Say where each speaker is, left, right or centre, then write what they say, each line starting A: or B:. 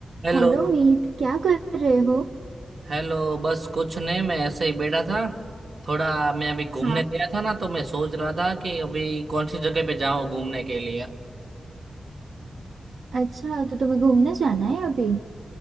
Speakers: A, on the right; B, on the right.
A: Hello
B: Hello Meet क्या कर रहे हो
A: Hello बस कुछ नहीं मैं ऐसे ही बैठा था थोड़ा मैं अभी घूमने
B: हाँ
A: गया था ना तो मैं सोच रहा था कि अभी कौन सी जगह पे जाऊं घूमने के लिए
B: अच्छा तो तुम्हें घूमने जाना है अभी